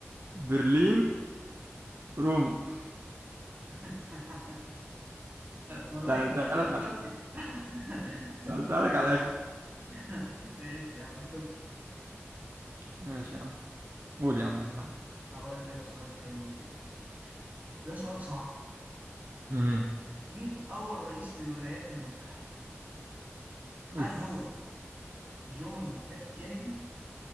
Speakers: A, on the right (about 60°); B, on the right (about 35°).
A: برلين روما
B: <laughs> ما باينه
A: سألتها لك على
B: طوكيو <laughs>
A: سألتها
B: طوكيو
A: لك على
B: يا معلم
A: الاخر
B: <laughs> ماشي يا عم طوكيو
A: ماشي يا عم قول يا عم اي حاجة
B: هقول لك سؤال حلو كده ده سؤال صعب
A: امم
B: مين اول رئيس للولايات المتحده هل
A: اوف
B: هو جون اف كينيدي